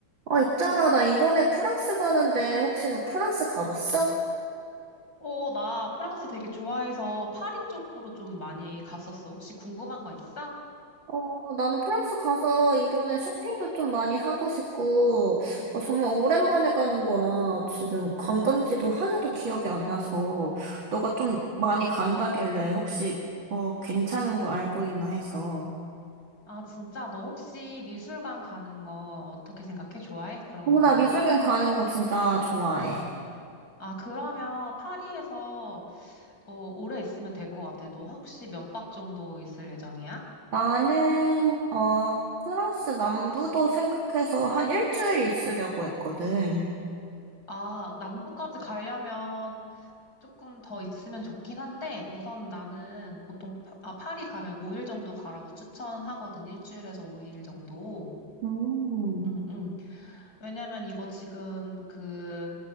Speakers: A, on the right (about 70°); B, on the left (about 45°).
A: 아, 있잖아. 나 이번에 프랑스 가는데 혹시 너 프랑스 가봤어?
B: 어, 나 프랑스 되게 좋아해서 파리 쪽으로 좀 많이 갔었어. 혹시 궁금한 거 있어?
A: 어, 나는 프랑스 가서 이번에 쇼핑도 좀 많이 하고 싶고, 어, 정말 오랜만에 가는 거라 지금 관광지도 하나도 기억이 안 나서, 너가 좀 많이 간다길래 혹시, 어, 괜찮은 거 알고 있나 해서.
B: 아, 진짜? 너 혹시 미술관 가는 거 어떻게 생각해? 좋아해? 그런
A: 어,
B: 거 가는
A: 나 미술관
B: 거?
A: 가는 거 진짜 좋아해.
B: 아, 그러면 파리에서 어, 오래 있으면 될 것 같아. 너 혹시 몇 박 정도 있을 예정이야?
A: 나는, 어, 프랑스 남부도 생각해서 한 일주일 있으려고 했거든.
B: 아, 남부까지 가려면 조금 더 있으면 좋긴 한데, 우선 나는 보통, 파- 아, 파리 가면 5일 정도 가라고 추천하거든. 일주일에서 5일 정도.
A: 음.
B: 응, 응. 왜냐면 이거 지금 그